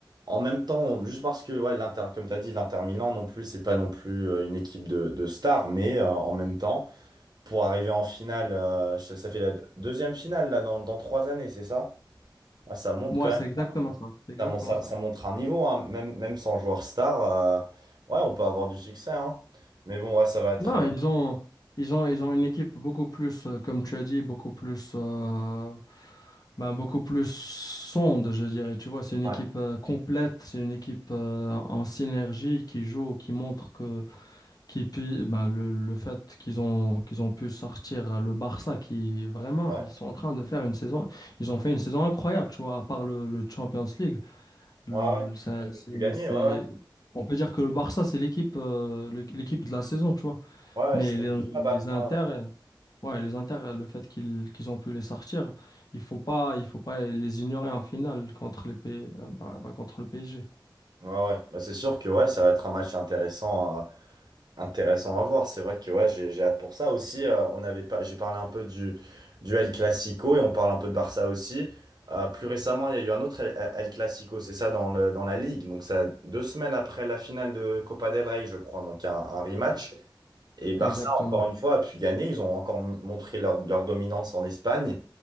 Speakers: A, on the right; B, on the left.
A: en même temps, on- juste parce que, ouais, l'Inter, comme tu as dit, l'Inter Milan non plus, c'est pas non plus euh, une équipe de, de stars, mais euh, en même temps, pour arriver en finale, euh, ça, ça fait la d- deuxième finale là, dans, dans trois années, c'est ça? Ah, ça monte
B: Moi,
A: quand même,
B: c'est exactement ça. C'est exactement
A: ça, mon- ça-
B: ça.
A: ça montre un niveau, hein, même, même sans joueur star, euh, ouais, on peut avoir du succès, hein. Mais bon, ouais, ça va être.
B: Non,
A: euh,
B: ils ont, ils ont, ils ont une équipe beaucoup plus, euh, comme tu as dit, beaucoup plus, euh, ben, beaucoup plus sonde, je dirais. Tu vois, c'est une
A: ouais,
B: équipe euh, complète, c'est une équipe euh, en synergie qui joue, qui montre que, qui puis, ben, le, le fait qu'ils ont, qu'ils ont pu sortir euh, le Barça, qui vraiment,
A: ouais,
B: ils sont en train de faire une saison, ils ont fait une saison incroyable, tu vois, à part le, le Champions League. Le-
A: ouais, ouais.
B: ça-
A: Ils vont
B: c'est,
A: tout gagner,
B: c'est-
A: ouais, ouais.
B: on peut dire que le Barça, c'est l'équipe, euh, l'équipe de la saison, tu vois.
A: Ouais, ouais,
B: Mais
A: c'est
B: les,
A: une
B: les
A: à battre.
B: Inter,
A: Ouais,
B: euh, ouais, les Inter, euh, le fait qu'ils qu'ils ont pu les sortir, il faut pas, il faut pas les ignorer en finale contre les P- euh, bah, bah, contre le PSG.
A: ouais. Ouais, ouais. Bah, c'est sûr que ouais, ça va être un match intéressant. euh, Intéressant à voir. C'est vrai que ouais, j'ai j'ai hâte pour ça aussi. euh, on avait pas, j'ai parlé un peu du, du El Clasico et on parle un peu de Barça aussi. Euh, plus récemment, il y a eu un autre El, El Clasico, c'est ça, dans le, dans la Ligue. Donc, ça, deux semaines après la finale de Copa del Rey, je crois. Donc, un, un rematch.
B: Et-
A: Et Barça,
B: Exactement.
A: encore une fois, a pu gagner. Ils ont encore m- montré leur, leur dominance en Espagne.